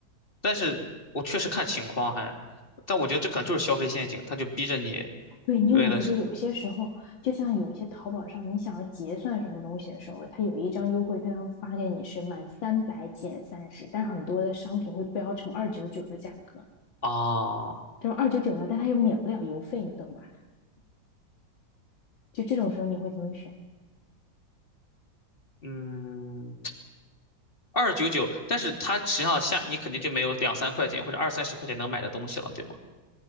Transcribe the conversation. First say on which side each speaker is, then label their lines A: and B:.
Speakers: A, on the left (about 30°); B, on the left (about 85°).
A: 但是我确实看情况还，但我觉得这可能就是消费陷阱，他就逼着你
B: 对，你有没有觉得有些时候，
A: 为了是
B: 就像有一些淘宝上，你想要结算什么东西的时候，它有一张优惠券，它会发给你是满三百减三十，但是很多的商品会标成二九九的价格，
A: 哦，
B: 这种二九九呢，但它又免不了邮费，你懂吧？就这种时候，你会怎么选？
A: 嗯，二九九，但是它实际上下你肯定就没有两三块钱或者二三十块钱能买的东西了，对吗？